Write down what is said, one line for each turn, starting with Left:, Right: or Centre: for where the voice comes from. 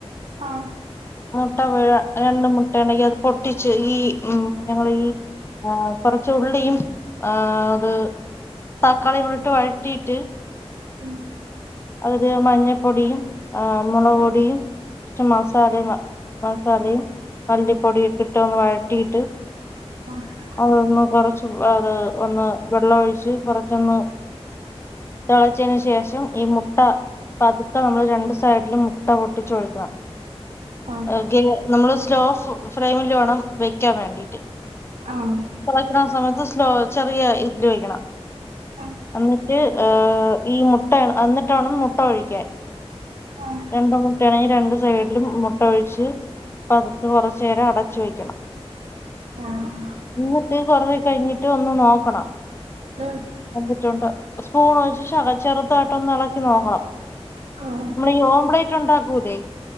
Right: ആഹ്,
Left: മുട്ടപുഴ രണ്ട് മുട്ട ഉണ്ടെങ്കി അത് പൊട്ടിച്ച് ഈ ഉമ് ഞങ്ങള് ഈ ആഹ് കൊറച്ച് ഉള്ളിയും ആഹ് അത് തക്കാളിയും ഇട്ട് വഴട്ടിയിട്ട്,
Right: ഉം
Left: അതില് മഞ്ഞപ്പൊടിയും, ആഹ് മുളക്പൊടിയും
Right: ആഹ്
Left: കുച്ച് മസാലയും മസാലയും, മല്ലിപ്പൊടിയൊക്കെ ഇട്ടൊന്ന് വഴറ്റിയിട്ട്,
Right: ആഹ്
Left: അതൊന്ന് കൊറച്ച് അത് ഒന്ന് വെള്ളം ഒഴിച്ച് കൊറച്ചൊന്ന്, തിളച്ചെന് ശേഷം ഈ മു മുട്ട പതുക്കെ നമ്മള് രണ്ട് സൈഡിലും മുട്ട പൊട്ടിച്ചൊഴിക്കണം.
Right: ആഹ്
Left: ക്കെ നമ്മള് സ്ലോ ഫ്ലെയിമിൽ വേണം വെക്കാൻ വേണ്ടീട്ട്,
Right: ആഹ്.
Left: വയ്ക്കണ സമയത്ത് സ്ലോ ചെറിയ ഇതില് വയ്ക്കണം
Right: ആഹ്
Left: എന്നിട്ട് ഏർ ഈ മുട്ട എന്നിട്ടോണം മുട്ട ഒഴിക്കൻ
Right: ആഹ്
Left: രണ്ട മുട്ടയാണെങ്കി രണ്ടു സൈഡിലും മുട്ട ഒഴിച്ച് പതുക്കെ കൊറച്ചു നേരം അടച്ചു വെക്കണം
Right: ആഹ്
Left: ഇങ്ങിട്ട് കുറവേ കഴിഞ്ഞിട്ട് ഒന്ന് നോക്കണം
Right: ഉം
Left: വെന്തിട്ടുണ്ട് സ്പൂൺ വെച്ച് ചെറുതായിട്ടൊന്നള ക്ക് നോക്കണം
Right: ആഹ്
Left: നമ്മള് ഈ ഓംബ്ലേറ്റ് ഉണ്ടാക്കൂല്ലേ